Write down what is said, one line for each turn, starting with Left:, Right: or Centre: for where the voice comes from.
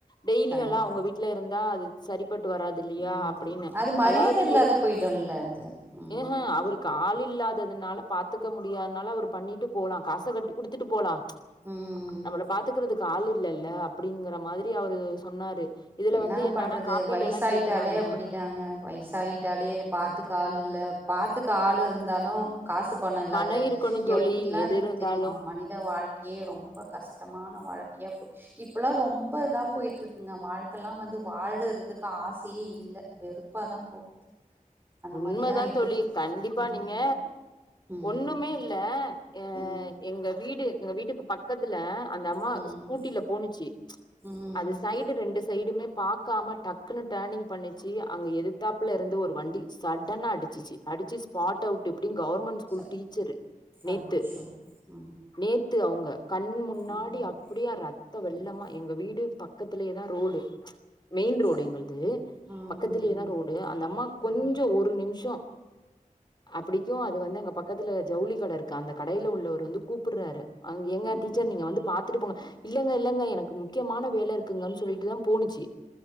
Left: டெய்லி
Right: கண்டிப்பா
Left: எல்லாம் அவங்க வீட்டுல இருந்தா அது சரிபட்டு வராது இல்லையா
Right: ம்
Left: அப்படின்னு
Right: அது மரியாத
Left: அதாவது
Right: இல்லாத
Left: ஏ
Right: போயிடுல்ல அது ம்
Left: ஏ அவருக்கு ஆல்யில்லா இல்லாததுனால பாத்துக்க முடியாததுனால அவர் பண்ணிட்டு போலாம் காச கட்டி குடுத்துட்டு போலாம்
Right: ம்
Left: நம்மள பாத்துக்கறதுக்கு கால் இல்லல்ல அ அப்படிங்கிற மாரி அவரு சொன்னாரு இதுல
Right: என்னங்க
Left: வந்து என்னன்னா
Right: பண்றது
Left: காப்பீடெல்லா
Right: வயசாயிட்டாலே
Left: கேக்குறாங்க
Right: அப்படிதாங்க வயசாகிட்டாலே பார்த்துக்க ஆள் இல்ல அ பாத்துக்க ஆளு இருந்தாலும் காசு பணம் இல்லாத
Left: பணோ இருக்கணு தோழி
Right: எப்படிலாம்
Left: எது
Right: இருக்கு
Left: இருந்தாலு
Right: தெரியுமா மனித வாழ்க்கையே ரொம்ப கஷ்டமான வாழ்க்கையா போச்சு இப்பல்லாம் ரொம்ப ரொம்ப இதான் போயிட்டு இருக்குங்கம்மா எல்லா இப்பல்லாம் வந்து வாழறதுக்கு ஆசையே இல்ல வெறுப்பாதா போகுது அந்த
Left: உண்மைதா
Right: மாதிரிதான் ஆயிட்டு
Left: தோழி
Right: இருக்கு இப்ப.
Left: கண்டிப்பா
Right: ம்
Left: நீங்க
Right: ம்
Left: ஒண்ணுமே இல்ல அஹ்
Right: ம்
Left: எங்க வீடு எங்க வீட்டுக்கு பக்கத்துல அந்த அம்மா
Right: ம்
Left: ஸ்கூட்டில போணுச்சு
Right: ம்
Left: அது சைடு ரெண்டு சைடுமே பாார்க்காம டக்குனு டர்னிங் பண்ணிச்சு அங்க எதிர்த்தாப்புல இருந்த ஒரு வண்டி சடன அடிச்சிச்சு அடிச்சு ஸ்பாட் அவுட் இப்படி கவர்மெண்ட் ஸ்கூல்
Right: ச்ச.
Left: டீச்சர் நேத்து
Right: அச்சோ ம்
Left: நேத்து அவங்க கண் முன்னாடி
Right: ம்
Left: அப்படியா ரத்த வெள்ளமா
Right: ஐயோ.
Left: எங்க வீடு ப பக்கத்துத்திலியேதா ரோடு மெயின் ரோடு
Right: ச
Left: எங்களது
Right: ம்
Left: பக்கத்திலேயேதா
Right: ம்
Left: ரோடு அந்த அம்மா கொஞ்சம்
Right: ம்
Left: நிமிஷம் அப்படிக்கும் அது வந்து எங்க பக்கத்துல ஜவுளி கடை இருக்கு அந்த கடையில உள்ளவ வந்து கூப்பிடுறாரு அ எங்க
Right: ஆ ம்
Left: டீச்சர்
Right: ம்
Left: நீங்க வந்து பாத்துட்டு போங்க இல்லங்க இல்லங்க எனக்கு முக்கியமான வேலை இருக்குங்கன்னு சொல்லிட்டுதா போணுச்சு